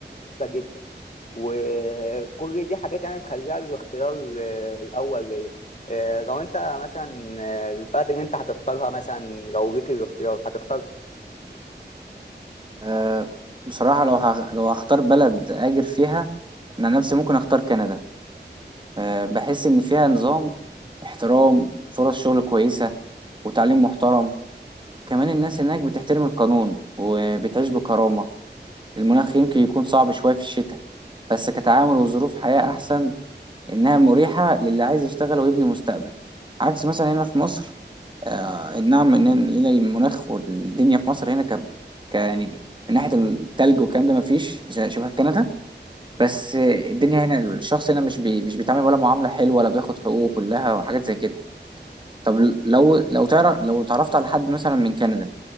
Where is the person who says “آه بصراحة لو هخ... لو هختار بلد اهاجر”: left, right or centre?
Right